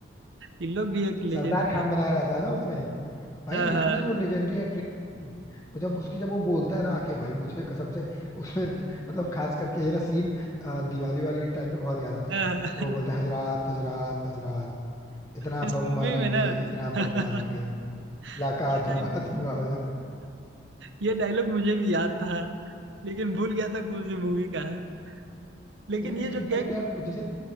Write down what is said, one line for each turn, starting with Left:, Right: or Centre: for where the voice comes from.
Right: इन लोग भी एक लेजेंडरी
Left: सरदार खान बना रहा था ना उसमें भाई
Right: हाँ
Left: उसने
Right: हाँ
Left: वो लेजेंडरी एक्ट्रेस थी वो जब उसकी जब वो बोलता है ना आके भाई मुझे कसम से उसमें मतलब खास करके ये ना सीन दिवाली वाली टाइम पे बहुत याद आता
Right: हाँ,
Left: है वो बोलता है हजरात हजरात हजरात इतना
Right: इस
Left: बम
Right: मूवी
Left: मारेंगे
Right: में ना
Left: इतना
Right: <laughs>
Left: बम मारेंगे इलाका
Right: ये डायल
Left: धुआं धुआं हो जाएगा
Right: ये डायलॉग मुझे भी याद था लेकिन भूल गया था कौन सी मूवी का है लेकिन
Left: नहीं नहीं
Right: ये जो
Left: इनफेक्ट
Right: गैंग
Left: यार वो जैसे